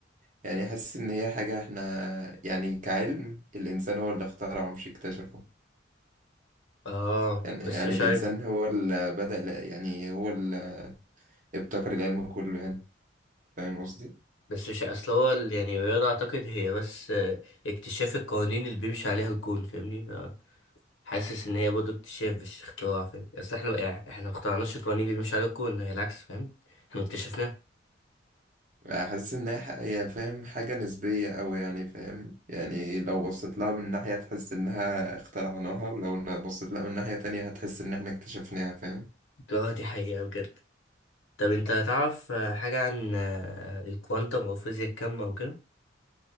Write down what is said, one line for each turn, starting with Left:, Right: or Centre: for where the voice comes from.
Right: يعني حاسس إن هي حاجة احنا يعني كعلم الإنسان هو اللي اخترعه مش اكتشفه
Left: اه
Right: يعني
Left: بس
Right: يعني
Left: مش
Right: الإنسان
Left: عارف
Right: هو اللي بدأ يعني هو اللي ابتكر العلم كله يعني فاهم قصدي؟
Left: بس مش اصل هو ال- يعني الرياضة اعتقد هي بس آه، اكتشاف القوانين اللي بيمشي عليها الكون فاهمني فحاسس ان هي برضه اكتشاف مش اختراع فاهم اصل احنا يعني احنا ما اخترعناش القوانين اللي بيمشي عليها الكون هي العكس فاهم احنا اكتشفناها
Right: احس انها ح- يعني فاهم حاجة نسبية أوي يعني فاهم يعني لو بصيت لها من ناحية تحس انها اخترعناها ولو ن- بصيت لها من ناحية تانية هتحس ان احنا اكتشفناها فاهم
Left: اه دي حقيقة بجد طب انت هتعرف آه، حاجة عن آه، الكوانتم او فيزياء الكم او كده